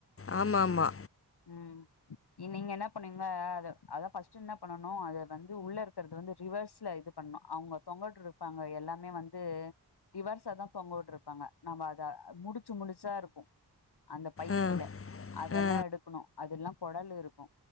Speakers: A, on the left (about 35°); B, on the left (about 70°).
A: ஆமா ஆமா
B: ம் இன் நீங்க என்ன பண்ணீங்க அத அத ஃபஸ்ட் என்ன பண்ணனு அத வந்து உள்ள இருக்கிறது வந்து ரிவர்ஸ்ல இது பண்ணனு அவங்க தொங்கொட்டுருப்பாங்க எல்லாமே வந்து ரிவர்ஸ்ஸதா தொங்கவுட்டுருப்பாங்க நம்ம தா முடிச்சு முடிச்சா இருக்கு அந்த பைக்குள்ள
A: அ,
B: அதெல்லா
A: அ,
B: எடுக்கணு அதெல்லா கொடல் க்கு